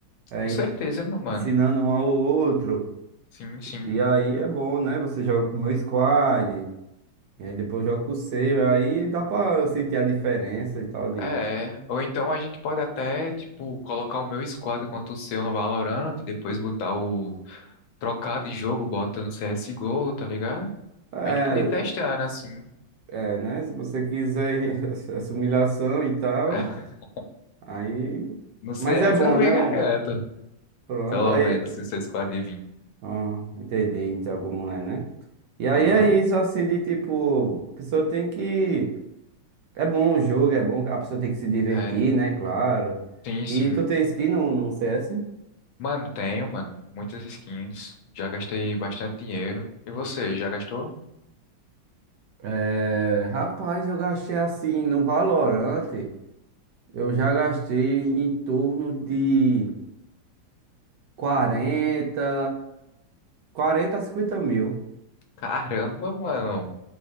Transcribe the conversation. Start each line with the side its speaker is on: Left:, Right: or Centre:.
Right: É,
Left: Com
Right: en-
Left: certeza, meu mano.
Right: ensinando um ao outro.
Left: Sim, sim.
Right: E aí é bom, né? Você joga com o meu squad, e aí depois joga com o seu, e aí dá pra eu sentir a diferença e tal de.
Left: É, é. ou então a gente pode até, tipo, colocar o meu squad contra o seu no Valorant e depois botar o trocar de jogo, bota no CSGO, tá ligado?
Right: É,
Left: A gente pode ir testando assim.
Right: é, né? Se você quiser <laughs> essa humilhação e tal,
Left: <laughs>
Right: aí.
Left: No CS
Right: Mas é bom,
Left: eu
Right: né?
Left: lhe garanto,
Right: Um- Pronto,
Left: pelo
Right: aí.
Left: menos se o seu squad vir.
Right: Ah, entendi então como é, né? E aí
Left: Aham.
Right: é isso, assim, de tipo, a pessoa tem que. É bom o jogo, é bom, que a pessoa tem que se divertir,
Left: É,
Right: né? Claro.
Left: sim,
Right: E
Left: sim.
Right: tu tem skin no, no CS?
Left: Mano, tenho, mano, muitas skins. Já gastei bastante dinheiro. E você, já gastou?
Right: É, rapaz, eu gastei assim no valorante Eu já gastei em torno de 40 40 a 50 mil.
Left: Caramba, mano,